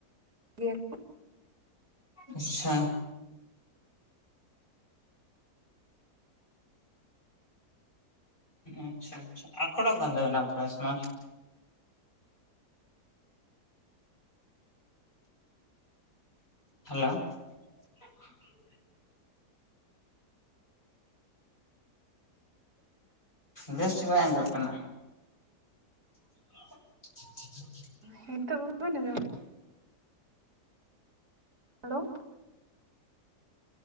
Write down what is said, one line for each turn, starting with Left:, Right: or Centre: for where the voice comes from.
Right: ᱜᱮᱭᱟ ᱠᱚ,
Left: ᱟᱪᱪᱷᱟ, ᱟᱪᱪᱷᱟ ᱟᱪᱪᱷᱟ ᱟᱠᱚᱴᱚᱜ ᱠᱟᱱ ᱛᱟ. ᱵᱤᱱᱟ ᱵᱷᱚᱭᱮᱥ ᱢᱟ, ᱦᱮᱞᱳ <inaudible> ᱵᱮᱥ ᱴᱤᱠ ᱵᱟᱭ ᱟᱸᱡᱚᱢᱚᱜ ᱠᱟᱱᱟ <inaudible>
Right: ᱦᱮᱸᱛᱚᱜ ᱵᱟᱵᱮᱱ ᱟᱸᱡᱚᱢᱮᱜ - ᱟ ᱦᱮᱞᱳ